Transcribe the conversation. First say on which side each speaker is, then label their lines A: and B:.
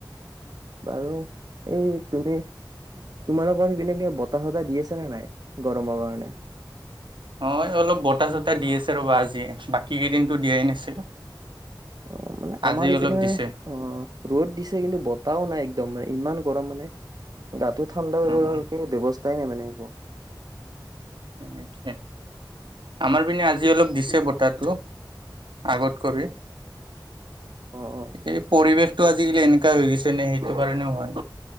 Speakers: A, on the right (about 55°); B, on the right (about 85°).
A: বাৰু এই তুমি তোমালোকৰ সেইপিনে কি বতাহ-চতাহ দি আছে নে নাই গৰমৰ কাৰণে?
B: অ অলপ বতাহ চতাহ দি আছে ৰ'বা আজি বাকী কেইদিনো দিয়াই নাছিল
A: অ মানে আমাৰ
B: আজি
A: ইপিনে
B: অলপ দিছে
A: অ ৰ'দ দিছে কিন্তু বত টাও নাই একদম মানে ইমান গৰম মানে গাটো ঠাণ্ডাৰ
B: অ',
A: কাৰণে ব্যৱস্থাও উপায় নাই মানে এইবোৰ
B: তাকেহে আমাৰ পিনে আজি অলপ দিছে বতাহটো । আগত কৰি
A: অ', অ',
B: এই পৰিৱেশটো আজিকালি এনকা হৈ গৈছে নে সেইটো কাৰণেও হয়